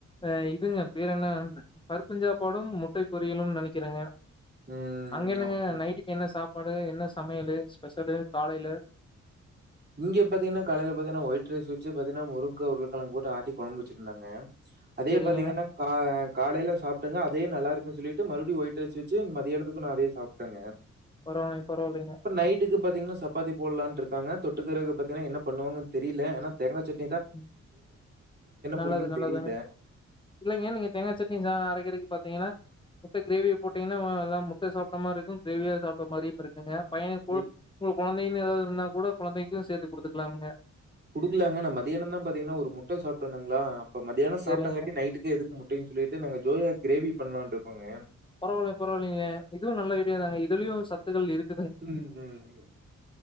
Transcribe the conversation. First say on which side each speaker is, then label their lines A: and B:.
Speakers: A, on the left; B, on the right.
A: அ இதுங்க பேரென்ன பருப்புஞ்சாப்பாடும் முட்டை பொரியலும் நெனைக்கிறேங்க
B: ம்.
A: அங்க என்னங்க
B: ஓகே.
A: நைட்டுக்கு என்ன சாப் ங்க என்ன சமையலு ஸ்பெஷலு காலைல
B: இங்கெ பாத்தீங்கனா கலைல பாத்தீங்கனா ஒயிட் ரைஸ் வெச்சு பாத்தீங்னா முருங்க்கா உருளக்கெழங்கு போட்டு ஆட்டி கொழம்பு வச்சிருந்தாங்க அதே
A: சரிங்க
B: பாத்தீங்கனா கா காலைல சாப்ட்டது அதே நல்லா இருக் கு சொல்லிட்டு மறுப்டியு ஒயிட்டு ரைஸ் வெச்சு மதியானத்துக்கு நா அதே சாப்டங்க
A: பரவாயில்லைங்க பரவாயில்லைங்க
B: இப்ப நைட்டுக்கு பாத்தீங்னா சப் பாதி போட்லான்ருக்காங்க தொட்டுக்கிறதுக்கு பாத்தீங்னா என்ன பண்ணுவாங்கன் தெரியில ஏனா தேங்கா சட்
A: ம் நல்லது
B: புடிக்கும்னு
A: நல்லதுங்க
B: தெரியல.
A: இல்லைங்க நீங்க தேங்கா சட்னி ஜா அரைக்கிறக்கு பாத்தீங்கனா முட்ட கிரேவிய போட்டீங்னா வா எல்லாம் முட்ட சாப்ட்ட மார்ருக்கு கிரேவியா சாப்ட்ட மாரியும் இருக்குங்க பையனுக்குள்
B: இ
A: ஸ்கூல் கொழந்தைனு எதாவது இருந்தா கூட கொழந்தைக்கு சேத்து குடுத்துக்லாமுங்க
B: குடுக்லாங்க நா மதியானந்தா பாத்தீங்னா ஒரு முட்ட சாப்டணுங்ளா இப்ப மதியான சாப்ட்டங்காட்டி
A: சேரிங்க
B: நைட்டுக்கு எதுக்கு முட்டைன் சொல்லிட்டு நாங்க ஜோயா கிரேவி பண்லான்ட்ருக்கோங்க
A: பரவால்லை பரவால்லைங்ளே இதுவு நல்ல ஐடியா தாங்க இதுலயு சத்துக்கள் இருக்
B: ம் ம் ம்